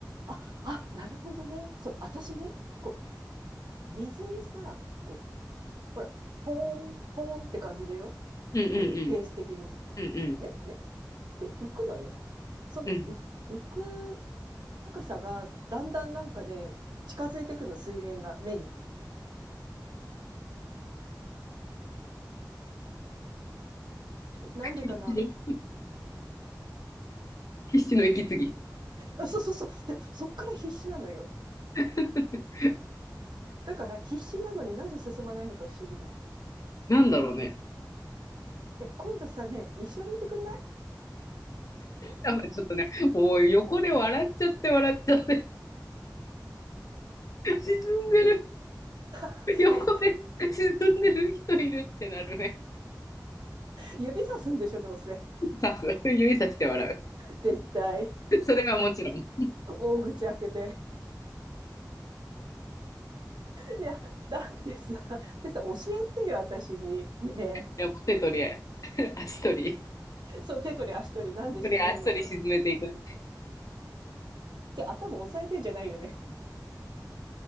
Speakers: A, on the right; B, on the left.
A: ああ、ああ、あ、あ、なるほどね。そう、私ね、こう、水にさ、こう、ほら、ポーン、ポーンって感じでしょ
B: うん
A: こう、ペース的に。
B: うんうん。うん
A: ね、ね。で、浮くのよ。その、
B: うん。うん。
A: う浮く高さがだんだんなんかね、近づいてくの、水面が、目に。なんでかな
B: <laughs> 必死の息継ぎ。
A: あ、そうそうそう。で、そっから必死なのよ。
B: <laughs>
A: だから必死なのになんで進まないのか不思議なの。
B: なんだろうね。
A: で、今度さね、一緒にいてくんない
B: 多分ちょっとね、もう横で笑っちゃって笑っちゃって、沈んでる、
A: <laughs>
B: 横で沈んでる人いるってなるね。
A: え、指さすんでしょ、どうせ。
B: さす。指さして笑
A: 絶対。
B: う。それはもちろん。い
A: 大口開けて。いや、だってさ、ってさ、教えてよ、私に。ね
B: や手取りや、足取り、
A: え。そう、手取り足取り、なんで沈むのか。
B: 手取り足取り沈めていくね。
A: じゃあ、頭押さえてんじゃないよね。